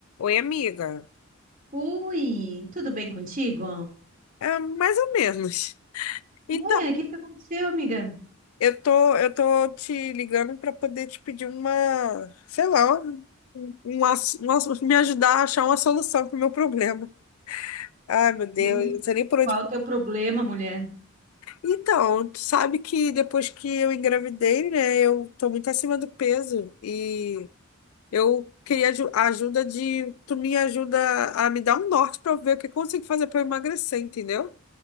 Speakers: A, on the left (about 80°); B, on the right (about 40°).
A: Oi, amiga.
B: Oi, tudo bem contigo?
A: É, mais ou menos. Então,
B: Ué, o que que aconteceu, amiga?
A: eu tô, eu tô te ligando para poder te pedir uma, sei lá, um, um, ass- um ass- me ajudar a achar uma solução para o meu problema. Ai, meu Deus,
B: Hum,
A: eu não sei nem por onde.
B: qual o teu problema, mulher?
A: Então, tu sabe que depois que eu engravidei, né, eu tô muito acima do peso e eu queria aju- a ajuda de, tu me ajuda a me dar um norte para ver o que eu consigo fazer para emagrecer, entendeu?